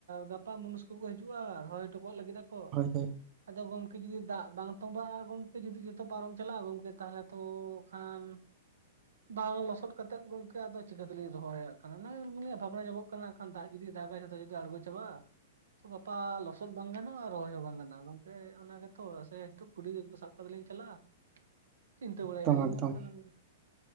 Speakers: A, on the right; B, on the right.
A: ᱜᱟᱯᱟ ᱢᱩᱱᱩᱥ ᱠᱚᱠᱚ ᱦᱤᱡᱩᱜᱼᱟ ᱨᱚᱦᱚᱭ ᱴᱚᱜ ᱞᱟᱹᱜᱤᱫ ᱟᱠᱚ᱾
B: ᱦᱳᱭ <unintelligible>
A: ᱟᱫᱚ ᱜᱚᱢᱠᱮ ᱡᱩᱫᱤ ᱫᱟᱜ ᱵᱟᱝ ᱛᱚᱸᱵᱟᱜᱼᱟ ᱜᱚᱢᱠᱮ ᱡᱩᱫᱤ ᱡᱚᱛᱚ ᱯᱟᱨᱚᱢ ᱪᱟᱞᱟᱜᱼᱟ ᱜᱚᱢᱠᱮ ᱛᱟᱦᱚᱞᱮ ᱛᱚ, ᱠᱷᱟᱱ ᱵᱟᱝ ᱞᱚᱥᱚᱫ ᱠᱟᱛᱮᱫ ᱜᱚᱝᱠᱮ ᱟᱫᱚ ᱪᱤᱠᱟᱹ ᱛᱮᱞᱤᱧ ᱨᱚᱦᱚᱭᱟ ᱠᱟᱱᱟ ᱵᱷᱟᱵᱽᱱᱟ ᱧᱟᱢᱚᱜ ᱠᱟᱱᱟ ᱫᱟᱜ ᱡᱩᱫᱤ ᱫᱟᱜ ᱡᱚᱛᱚ ᱡᱩᱫᱤ ᱟᱲᱜᱳ ᱪᱟᱵᱟᱜ ᱟ᱾ ᱛᱚ ᱜᱟᱯᱟ ᱞᱚᱥᱚᱫ ᱵᱟᱝ ᱜᱟᱱᱚᱜᱼᱟ ᱟᱨ ᱨᱚᱦᱚᱭ ᱦᱚᱸ ᱵᱟᱝ ᱜᱟᱱᱚᱜ ᱜᱚᱝᱛᱮ ᱚᱱᱟ ᱜᱮᱛᱚ ᱥᱮᱛᱩ ᱠᱩᱰᱤ ᱥᱟᱵ ᱠᱟᱛᱮ ᱞᱤᱧ ᱪᱟᱞᱟᱜᱼᱟ ᱪᱤᱱᱛᱟᱹ ᱵᱟᱲᱟᱭᱟ
B: ᱮᱠᱫᱚᱢ
A: ᱟᱹᱞᱤᱧ
B: ᱮᱠᱫᱚᱢ
A: ᱜᱚᱢᱠᱮ ᱚᱱᱟ ᱠᱚᱜᱮ